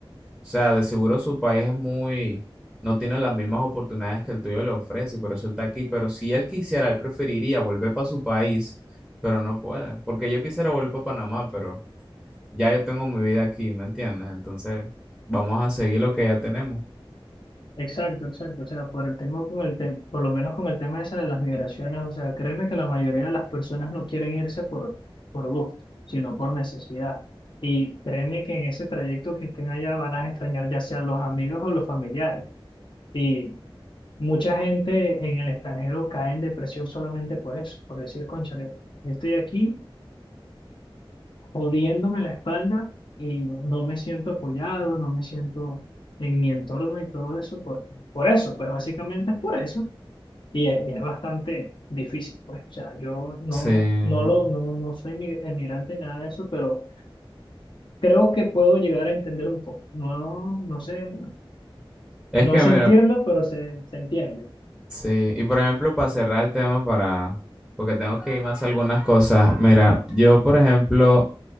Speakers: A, in the centre; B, on the left.
A: O sea, de seguro su país es muy, no tiene las mismas oportunidades que el tuyo le ofrece y por eso él está aquí. Pero si él quisiera, él preferiría volver para su país, pero no puede. Porque yo quisiera volver para Panamá, pero ya yo tengo mi vida aquí, ¿me entiendes? Entonces, vamos a seguir lo que ya tenemos.
B: Exacto, exacto. O sea, por el tema con el tem- por lo menos con el tema ese de las migraciones, o sea, créeme que la mayoría de las personas no quieren irse por, por gusto, sino por necesidad. Y créeme que en ese trayecto que estén allá van a extrañar ya sea los amigos o los familiares. Y mucha gente en el extranjero cae en depresión solamente por eso, por decir, cónchale, yo estoy aquí jodiéndome la espalda y no me siento apoyado, no me siento en mi entorno y todo eso por, por eso, pues básicamente es por eso y es, y es bastante difícil, pues, o sea, yo no,
A: Sí.
B: no, lo, no, no soy mi- emigrante, nada de eso, pero creo que puedo llegar a entender un poco, no, no sé, no,
A: Es
B: no
A: que,
B: a sentirlo,
A: mira,
B: pero se, se entiende,
A: sí. Y por ejemplo, para cerrar el tema, para, porque tengo que irme a hacer algunas cosas. Mira, yo, por ejemplo,